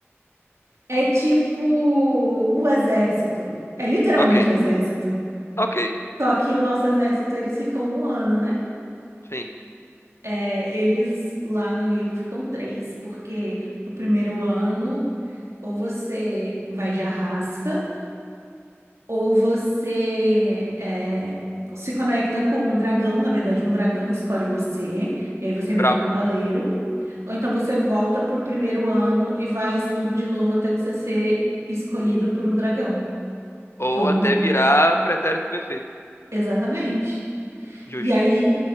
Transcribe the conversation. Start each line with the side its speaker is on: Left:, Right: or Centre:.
Right: é tipo o exército. É literalmente
Left: Ok.
Right: o exército.
Left: Ok.
Right: Só que o nosso exército, eles ficam um ano, né?
Left: Sim.
Right: É, eles lá no livro ficam três, porque no primeiro ano, ou você vai de arrasta. Ou você é, se conecta com um dragão, na verdade, um dragão escolhe você, e aí você
Left: Brabo.
Right: vira um cavaleiro. Ou então você volta pro primeiro ano e faz tudo de novo até você ser escolhido por um dragão.
Left: Ou
Right: Ou mor...
Left: até virar pretérito perfeito.
Right: Exatamente.
Left: Justo.
Right: E aí